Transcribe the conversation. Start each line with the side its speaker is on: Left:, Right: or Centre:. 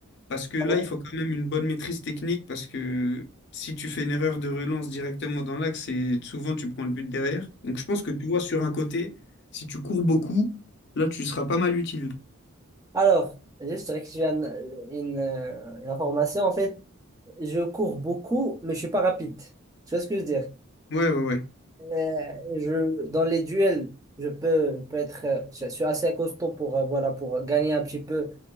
Left: parce que là,
Right: Ah ouais.
Left: il faut quand même une bonne maîtrise technique parce que si tu fais une erreur de relance directement dans l'axe, c'est souvent tu prends le but derrière. Donc je pense que tu vois sur un côté, si tu cours beaucoup, là, tu seras pas mal utile.
Right: Alors, juste rectifier un- une, euh, une information. En fait, je cours beaucoup, mais je suis pas rapide. Tu vois ce que je veux dire?
Left: Ouais, ouais, ouais.
Right: Euh, je, dans les duels, je peux, je peux être, euh, je suis assez costaud pour, euh, voilà, pour gagner un petit peu